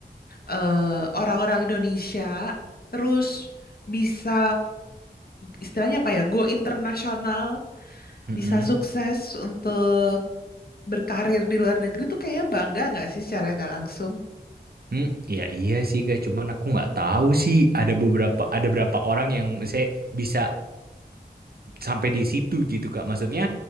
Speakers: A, on the left (about 60°); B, on the right (about 60°).
A: eh, orang-orang Indonesia terus bisa istilahnya apa ya go internasional
B: Mm-mm.
A: bisa sukses untuk berkarir di luar negeri tuh kayak bangga nggak sih secara nggak langsung?
B: Hmm, ya iya sih kayak cuman aku nggak tahu sih ada beberapa ada berapa orang yang saya bisa sampai di situ gitu Kak. Maksudnya